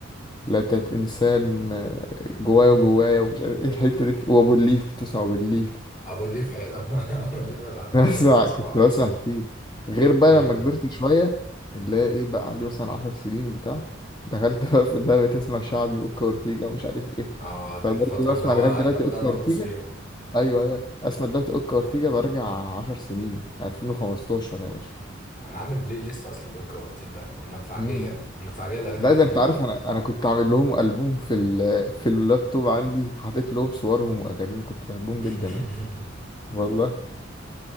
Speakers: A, on the left (about 25°); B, on the left (about 45°).
A: لا تات انسان آه، جوايا وجوايا ومش عارف ايه الحتة دي وابو الليف كنت بسمع ابو الليف
B: ابو الليف حلو <laughs> ابو الليف أنا
A: <laughs>
B: لحد دلوقتي
A: بسمع
B: بحب اسمعه
A: كنت بسمع كتير غير بقى
B: ايوه
A: لما كبرت شوية اللي هي ايه بقى عندي مثلا عشر سنين بتاع دخلت بقى في الدنيا بقيت اسمع شعبي واوكا اورتيجا ومش عارف ايه
B: اه
A: فبرضه
B: دي الفترة
A: بسمع
B: اللي هو
A: لغاية دلوقتي
B: احنا بدأنا
A: اوكا اورتيجا
B: نبوظ فيها
A: ايوه ايوه اسمع دلوقتي اوكا اورتيجا برجع 10 سنين 2015 يا باشا
B: انا عامل بلاي ليست اصلا لوكا وارتيجا والمدفعجية
A: امم
B: المدفعجية الاغاني
A: لا
B: القديمة
A: ده انت يعني
B: بقى
A: عارف انا انا كنت عامل لهم البوم في ال في اللابتوب عندي حاطط لهم صورهم واغانيهم كنت بحبهم
B: <laughs>
A: جدا يعني والله